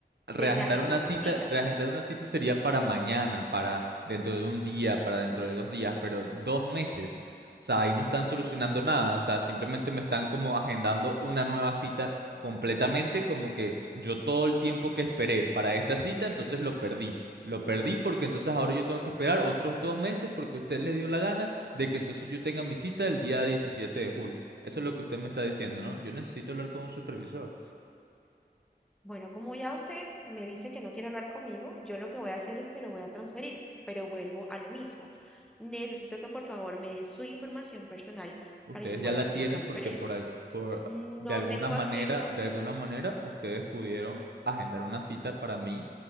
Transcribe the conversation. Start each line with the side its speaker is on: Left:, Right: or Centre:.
Right: reagendar
Centre: de reagendar
Right: una cita,
Centre: las citas.
Right: reagendar una cita sería para mañana, para dentro de un día, para dentro de dos días, pero dos meses. O sea, ahí no están solucionando nada, o sea, simplemente me están como agendando una nueva cita completamente, como que yo todo el tiempo que esperé para esta cita, entonces lo perdí. Lo perdí porque entonces ahora yo tengo que esperar otros dos meses porque usted le dio la gana de que entonces yo tenga mi cita el día 17 de julio. Eso es lo que usted me está diciendo, ¿no? Yo necesito hablar con un supervisor.
Centre: Bueno, como ya usted me dice que no quiere hablar conmigo, yo lo que voy a hacer es que lo voy a transferir, pero vuelvo a lo mismo. Necesito que por favor me dé su información personal
Right: Ustedes
Centre: para yo poder
Right: ya la
Centre: hacer
Right: tienen
Centre: la transferencia.
Right: porque por algo, por,
Centre: No
Right: de alguna
Centre: tengo
Right: manera,
Centre: acceso
Right: de alguna manera, ustedes pudieron agendar una cita para mí,